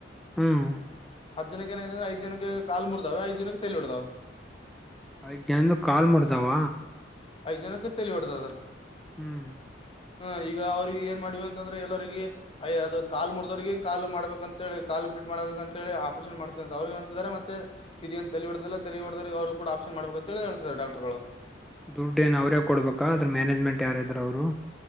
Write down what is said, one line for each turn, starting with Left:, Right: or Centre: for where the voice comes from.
Centre: ಹ್ಮ್
Left: ಹತ್ತ ಜನಕ ಏನ ಆಗೈತಿ ಅದರೆ ಐದು ಜನ ಕಾಲು ಮುರದ್ವಾ ಐದು ಜನಕ ತೈಲಿ ಬಡದೈತಿ
Centre: ಐದ್ ಜನದ ಕಾಲ್ ಮಾಡತಾವ
Left: ಐದು ಜನಕ್ಕೆ ತಲ್ಲಿಬಡ್ದಾವ
Centre: ಹ್ಮ್
Left: ಹ ಈಗ ಅವ್ರಿಗೆ ಏನ್ ಮಾಡ್ವ ಅಂತಂದ್ರೆ ಎಲ್ಲರಿರಿಗೆ ಅಯ್ ಅದು ಕಾಲ್ ಮುದವ್ರಿಗೆ ಕಾ ಮಾಡಬೇಕ ಅಂತ ಹೇಳಿ ಕಾಲ್ ಫಿಟ್ ಮಾಡಬೇಕಕ್ ಅಂತ ಹೇಳಿ ಆಪರೇಷನ್ ಮಾಡ್ತ ಅಂತ ಅವ್ರಿಗೆ ಅಂತಾರೆ ಮತ್ತೆ ಇದೇನ್ ತೆ ಹಿಡ್ದಲ್ಲ ತೆ ಹಿಡದ್ರ ಅವರು ಕೂಡ ಆಪ್ನ್ ಮಾಡಬೇಕ ಅಂತ ಹೇಳ ಹೇತಾರೆ ಡಾಕ್ಟರ್ಗಳು
Centre: ದುಡ್ಡು ಏನ್ ಅವ್ರೇ ಕೊಡ್ಬೇಕಾ ಅದ್ರ ಮ್ಯಾನೇಜ್ಮೆಂಟ್ ಯಾರ ಇದ್ರರು ಅವ್ರು